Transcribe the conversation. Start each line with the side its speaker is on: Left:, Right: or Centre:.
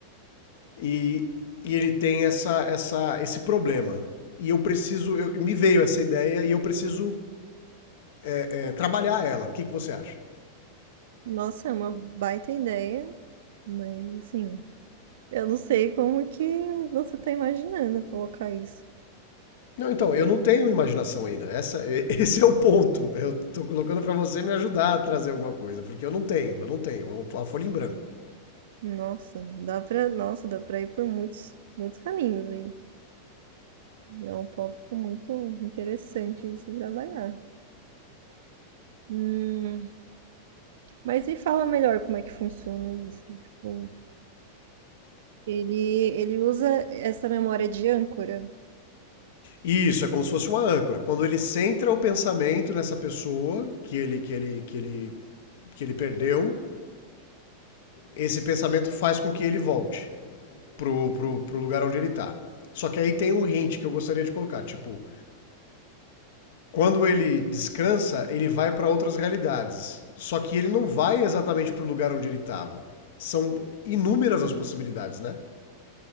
Left: E, e ele tem essa, essa, esse problema. E eu preciso, eu, me veio essa ideia e eu preciso é, trabalhar ela. O que, que você acha?
Right: Nossa, é uma baita ideia, mas assim, eu não sei como que você tá imaginando colocar isso.
Left: Não, então, eu não tenho imaginação ainda. Essa, <laughs> esse é o ponto. Eu estou colocando para você me ajudar a trazer alguma coisa, porque eu não tenho, eu não tenho. É uma folha em branco.
Right: Nossa, dá pra, nossa, dá pra ir por muitos, muitos caminhos aí. É um tópico muito interessante de se trabalhar. Hum, mas me fala melhor como é que funciona isso. Tipo, ele, ele usa essa memória de âncora
Left: Isso, é como se fosse uma âncora. Quando ele centra o pensamento nessa pessoa que ele, que ele, que ele, que ele perdeu, esse pensamento faz com que ele volte. pro, pro, pro lugar onde ele tá. Só que aí tem um hint que eu gostaria de colocar, tipo, quando ele descansa, ele vai para outras realidades. Só que ele não vai exatamente pro lugar onde ele tava. São inúmeras as possibilidades, né?